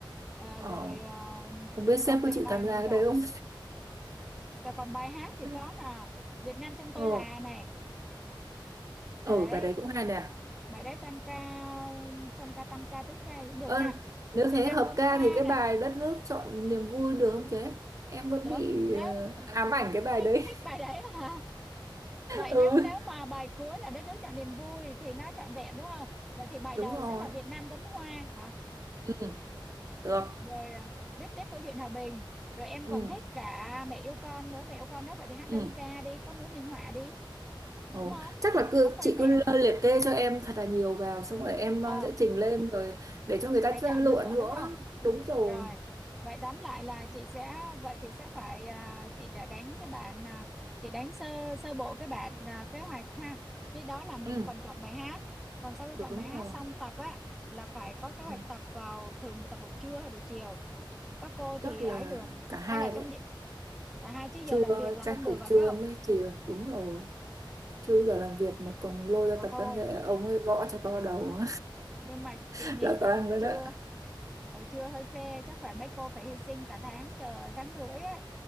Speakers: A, in the centre; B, on the right.
A: à,
B: ồ
A: rồi ờ,
B: không biết sếp
A: còn tùy
B: có chịu
A: bài
B: tham
A: mình
B: gia
A: chọn
B: cái đấy không
A: rồi còn bài hát thì
B: <laughs>
A: có nè Việt Nam trong tôi
B: ồ
A: là này đấy
B: ừ bài đấy cũng hay nè
A: bài đấy tam ca song ca tam ca tứ ca cũng được
B: ơ
A: nha
B: nếu
A: Việt
B: thế
A: Nam
B: hợp
A: gấm
B: ca
A: hoa
B: thì cái
A: nè
B: bài đất nước chọn niềm vui được không chế em vẫn
A: được
B: bị
A: nếu
B: ờ, ám ảnh cái bài
A: thích
B: đấy
A: thích bài đấy hả vậy
B: <laughs>
A: nếu
B: ừ
A: nếu mà bài cuối là đất nước chọn niềm vui thì nó trọn vẹn đúng không vậy thì bài
B: đúng
A: đầu
B: rồi
A: sẽ là Việt Nam gấm hoa hả
B: ừ được
A: rồi à, viết tiếp câu chuyện hòa bình rồi em
B: ừ
A: còn thích cả mẹ yêu con nữa mẹ yêu con nữa vậy thì hát
B: ừ
A: đơn ca đi có múa minh họa đi
B: ừ.
A: đúng không
B: chắc là cứ
A: đóng vai
B: chị
A: mẹ
B: cứ lơ- liệt kê cho em thật là nhiều vào xong rồi em
A: ờ
B: ờ, sẽ chỉnh lên rồi để cho người ta
A: để chọn
B: lựa
A: lựa
B: nữa
A: đúng không
B: đúng rồi
A: Rồi, vậy tóm lại là chị sẽ vậy thì sẽ phải à, chị đã đánh cái bản à, chị đánh sơ sơ bộ cái bản à, kế hoạch ha. Cái đó là mình
B: ừ
A: phần chọn bài hát. Còn sau khi
B: đúng
A: chọn bài hát
B: rồi
A: xong tập á là phải có kế hoạch
B: ừ.
A: tập vào thường tập buổi trưa hay buổi chiều. Các cô
B: chắc
A: thì
B: là
A: ấy được
B: cả hai
A: hay là trong
B: đấy
A: cả hai chứ giờ
B: trưa
A: làm việc là
B: tranh
A: không được
B: thủ
A: rồi
B: trưa
A: phải không?
B: mới chiều đúng rồi chứ giờ làm việc mà còn lôi ra
A: Mà
B: tập
A: thôi.
B: văn nghệ ông ấy gõ cho to đầu
A: Nhưng mà
B: <laughs>
A: chị nghĩ
B: là toàn
A: tập buổi
B: rồi
A: trưa,
B: đó
A: buổi trưa hơi phê chắc phải mấy cô phải hy sinh cả tháng trời, tháng rưỡi ấy.